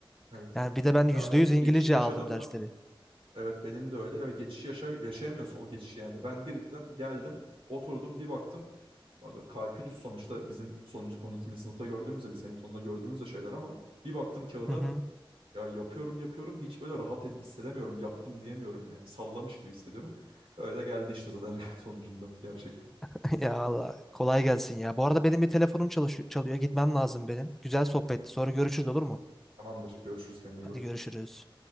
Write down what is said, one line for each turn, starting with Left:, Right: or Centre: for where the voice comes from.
Right: Evet.
Centre: Yani bir de ben yüzde
Right: Ya o
Centre: yüz İngilizce
Right: geçişi yaşadın
Centre: aldım dersleri.
Right: mı? Evet benim de öyle ve geçişi yaşa- yaşayamıyorsun o geçişi yani. Ben birden geldim, oturdum bir baktım. Hani Kalkülüs sonuçta bizim son on ikinci sınıfta gördüğümüz de lisenin sonunda gördüğümüz de şeyler ama bir baktım kağıda
Centre: Hı hı.
Right: ya yapıyorum yapıyorum hiç böyle rahat ed- hissedemiyorum yaptım diyemiyorum yani sallamış gibi hissediyorum. Öyle geldi işte zaten <laughs> sonucunda gerçekten.
Centre: <laughs> Ya Allah kolay gelsin ya. Bu arada benim bir telefonum çalış- çalıyor. Gitmem lazım benim. Güzel sohbetti. Sonra görüşürüz olur mu?
Right: Tamamdır görüşürüz kendine
Centre: Hadi
Right: iyi bak.
Centre: görüşürüz.